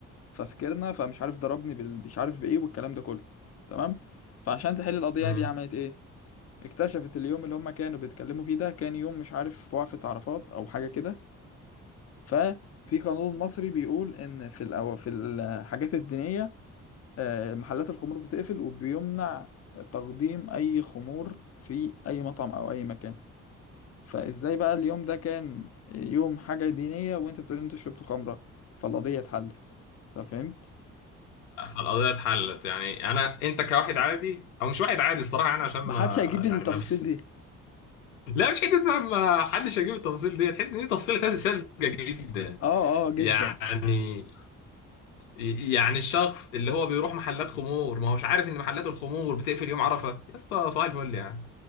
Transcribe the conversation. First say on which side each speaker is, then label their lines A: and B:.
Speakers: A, on the left (about 35°); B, on the left (about 75°).
A: فسكرنا فمش عارف ضربني بال... مش عارف بايه والكلام ده كله تمام فعشان تحل القضيه
B: امم
A: دي عملت ايه اكتشفت اليوم اللي هم كانوا بيتكلموا فيه ده كان يوم مش عارف وقفة عرفات او حاجه كده ففي قانون مصري بيقول ان في الأو... في الحاجات الدينيه آه، محلات الخمور بتقفل وبيمنع تقديم اي خمور في اي مطعم او اي مكان فازاي بقى اليوم ده كان يوم حاجه دينيه وانت بتقول انت شربت خمره فالقضيه اتحلت طب فهمت
B: القضيه اتحلت يعني انا انت كواحد عادي او مش واحد عادي الصراحه يعني عشان ما
A: محدش هيجيب لي
B: يعني
A: التفاصيل
B: ما <laughs>
A: دي
B: لا مش حته بقى ما حدش هيجيب التفاصيل ديت حته دي تفصيله ساذجه جدا
A: اه اه جدا
B: يعني يعني الشخص اللي هو بيروح محلات خمور ما هوش عارف ان محلات الخمور بتقفل يوم عرفه يا اسطى صباح الفل يعني